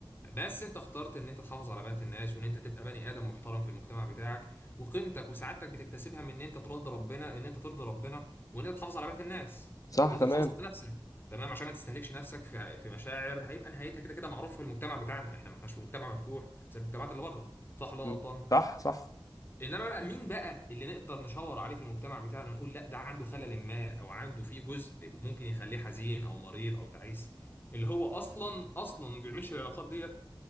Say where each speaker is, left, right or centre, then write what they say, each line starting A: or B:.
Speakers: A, on the left; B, on the left.
A: بس انت اخترت ان انت تحافظ على بنات الناس وان انت تبقى بني ادم محترم في المجتمع بتاعك وقيمتك وسعادتك بتكتسبها من ان انت ترضي ربنا ان انت ترضي ربنا وان انت تحافظ على بنات الناس
B: صح
A: وان
B: تمام
A: انت تحافظ على نفسك تمام عشان ما تستهلكش نفسك في في مشاعر هيبقى نهايتها كده كده معروف في المجتمع بتاعنا احنا ما احناش في مجتمع مفتوح زي المجتمعات اللي بره صح ولا
B: مم.
A: انا غلطان
B: صح صح
A: انما بقى مين بقى اللي نقدر نشاور عليه في المجتمع بتاعنا نقول لا ده عنده خلل ما او عنده فيه جزء ممكن يخليه حزين او مريض او تعيس اللي هو اصلا اصلا ما بيعملش العلاقات دي